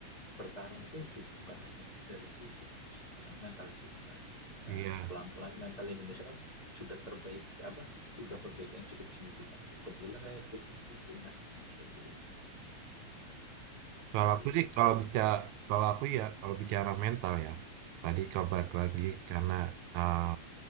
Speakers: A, on the left; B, on the right.
A: bertarung itu bukan hanya dari fisik mas itu kan mental juga nah
B: iya.
A: pelan-pelan mental Indonesia kan sudah terbaik apa udah perbaikan cukup signifikan tuh kebetulan saya ikutin tuh timnas Indonesia tuh
B: Kalau
A: dari
B: aku sih, kalau bisa, kalau aku ya, kalau bicara mental ya, tadi kalau balik lagi karena ah,